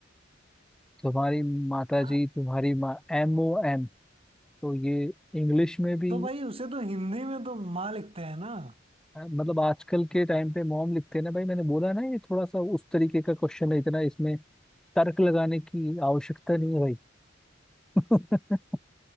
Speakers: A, in the centre; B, on the right (about 30°).
A: तुम्हारी माता
B: अ,
A: जी तुम्हारी माँ एम ओ एम तो ये इंग्लिश में भी
B: तो भाई उसे तो हिंदी में तो माँ लिखते हैं ना
A: अ, मतलब आजकल के टाइम पे मॉम लिखते हैं ना भाई मैंने बोला ना ये थोड़ा सा उस तरीके का क्वेश्चन है इतना इसमें तर्क लगाने की आवश्यकता नहीं है भाई <laughs>